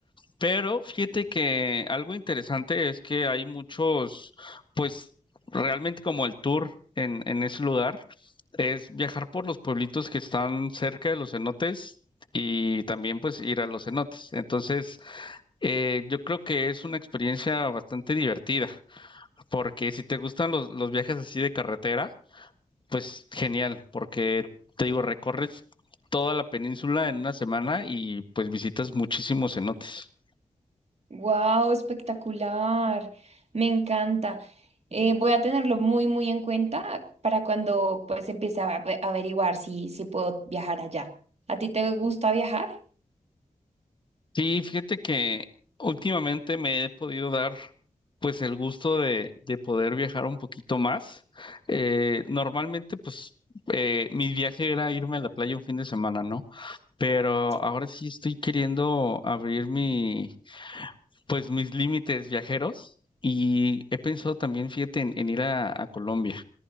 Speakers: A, on the left; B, on the right.
A: Pero fíjate que algo interesante es que hay muchos, pues realmente como el tour. En, en ese lugar es viajar por los pueblitos que están cerca de los cenotes y también pues ir a los cenotes. Entonces, eh, yo creo que es una experiencia bastante divertida. Porque si te gustan los, los viajes así de carretera, pues genial, porque te digo, recorres toda la península en una semana y pues visitas muchísimos cenotes.
B: Wow, espectacular. Me encanta. Eh, voy a tenerlo muy, muy en cuenta para cuando pues empiece a ave- averiguar si, si puedo viajar allá. ¿A ti te gusta viajar?
A: Sí, fíjate que últimamente me he podido dar pues el gusto de, de poder viajar un poquito más. Eh, normalmente pues eh, mi viaje era irme a la playa un fin de semana, ¿no? Pero
B: Sí.
A: ahora sí estoy queriendo abrir mi pues mis límites viajeros y he pensado también, fíjate, en, en ir a, a Colombia.